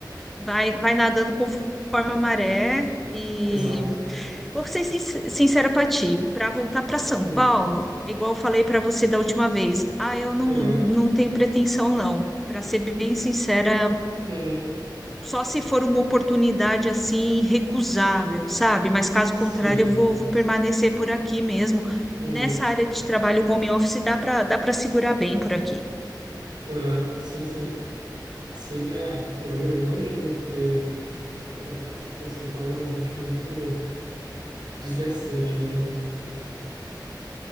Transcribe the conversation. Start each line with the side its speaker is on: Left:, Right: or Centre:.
Centre: vai, vai nadando conforme a maré. E
Right: exato.
Centre: Vou ser sin- sincera para ti, para voltar para São
Right: Uhum,
Centre: Paulo, igual eu falei para você da última vez, ah, eu não,
Right: aham,
Centre: não tenho pretensão não. Para ser bem sincera,
Right: uhum,
Centre: só se for uma oportunidade assim irrecusável, sabe? Mas caso
Right: sim.
Centre: contrário, eu vou, vou permanecer por aqui mesmo.
Right: Uhum,
Centre: Nessa área de trabalho home office dá para dá para segurar bem por aqui.
Right: aham, sim, sim. Sim, é, eu, eu imagino, porque é, tá- o São Paulo é um ritmo muito desgastante, né?